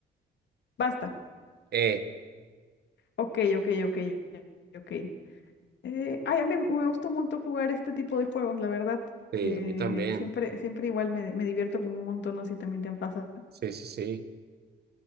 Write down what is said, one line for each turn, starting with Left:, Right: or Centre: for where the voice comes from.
Left: Basta.
Right: E.
Left: Ok, ok, ok, ok. Eh, ay, a mí me gusta un montón jugar este tipo de juegos, la verdad.
Right: sí,
Left: Eh,
Right: a mí también.
Left: siempre, siempre igual me, me divierto como un montón, no sé si también te pasa.
Right: Sí, sí, sí.